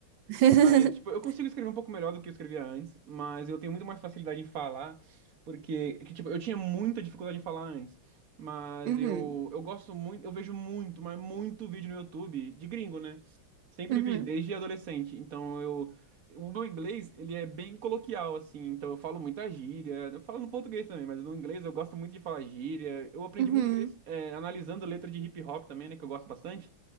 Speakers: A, on the right (about 75°); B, on the right (about 50°).
A: <laughs>
B: Mas, tipo, eu consigo escrever um pouco melhor do que eu escrevia antes, mas eu tenho muito mais facilidade em falar, porque, que, tipo, eu tinha muita dificuldade em falar antes, mas
A: Uhum.
B: eu, eu gosto muito, eu vejo muito, mas muito vídeo no YouTube de gringo, né? Sempre
A: Uhum.
B: vi, desde adolescente, então eu... O meu inglês, ele é bem coloquial, assim, então eu falo muita gíria, eu falo no português também, mas no inglês eu gosto muito de falar gíria, eu aprendi
A: Uhum.
B: muito inglês, é, analisando letra de hip hop também, né, que eu gosto bastante,